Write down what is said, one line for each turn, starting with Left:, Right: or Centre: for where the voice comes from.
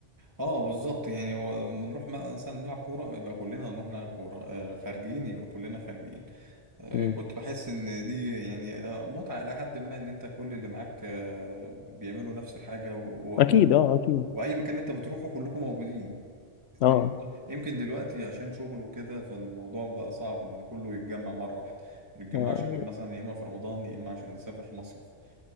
Right: اه بالظبط يعني هو بنروح مثلا نلعب كورة يبقى كلنا نروح نلعب كورة آه خارجين يبقى كلنا خارجين آه
Left: مم.
Right: كنت بحس ان دي يعني آه متعة إلى حد ما ان انت كل اللي معاك آه بيعملوا نفس الحاجة و...
Left: اكيد
Right: و...
Left: اه اكيد
Right: واي مكان انت بتروحه كلكم موجودين
Left: اه
Right: دي نقطة. يمكن دلوقتي عشان شغل وكده فالموضوع بقى صعب ان كله يتجمع مرة واحدة ما نتجمعش
Left: اه
Right: غير مثلا يا اما في رمضان يا اما عشان نسافر مصيف